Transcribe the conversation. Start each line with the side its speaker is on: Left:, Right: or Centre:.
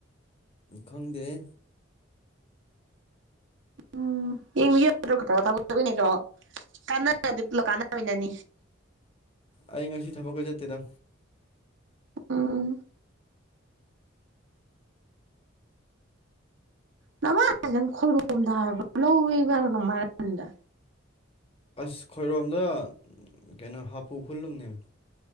Left: ꯈꯪꯗꯦꯍꯦ
Right: ꯎꯝ <unintelligible> ꯀꯥꯟꯅꯔꯗꯤ ꯄꯨꯂꯞ ꯀꯥꯟꯅꯃꯤꯟꯅꯅꯤ
Left: ꯑꯩ ꯉꯁꯤ ꯊꯕꯛꯀ ꯆꯠꯇꯦꯗ
Right: ꯎꯝ ꯅꯃꯥꯅ ꯅꯪ ꯈꯣꯏꯔꯣꯝꯗ ꯍꯥꯏꯕ꯭ꯔꯣ ꯂꯧꯋꯦꯕ ꯑꯗꯨꯝ ꯍꯥꯏꯔꯛꯀꯅꯤꯗ
Left: ꯑꯁ ꯈꯣꯏꯔꯣꯝꯗ ꯀꯩꯅꯣ ꯍꯥꯄꯨ ꯈꯨꯜꯂꯨꯝꯅꯦꯕ